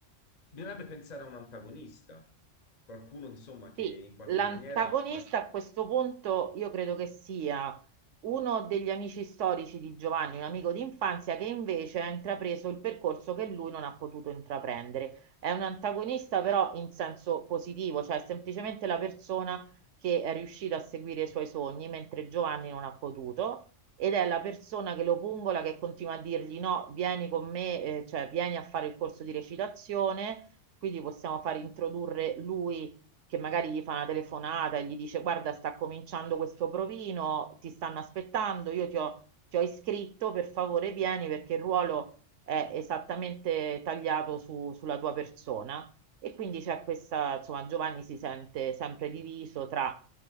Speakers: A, on the left; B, on the right.
A: bisognerebbe pensare a un antagonista, qualcuno, insomma, che
B: Sì,
A: in qualche
B: l'antagonista
A: maniera la-
B: a questo punto io credo che sia uno degli amici storici di Giovanni, un amico di infanzia che invece ha intrapreso il percorso che lui non ha potuto intraprendere. È un antagonista però in senso positivo, cioè è semplicemente la persona che è riuscita a seguire i suoi sogni mentre Giovanni non ha potuto ed è la persona che lo pungola, che continua a dirgli no, vieni con me, eh, cioè vieni a fare il corso di recitazione, quindi possiamo far introdurre lui che magari gli fa una telefonata e gli dice: Guarda, sta cominciando questo provino, ti stanno aspettando, io ti ho, ti ho iscritto, per favore vieni perché il ruolo è esattamente tagliato su- sulla tua persona. E quindi c'è questa, insomma, Giovanni si sente sempre diviso tra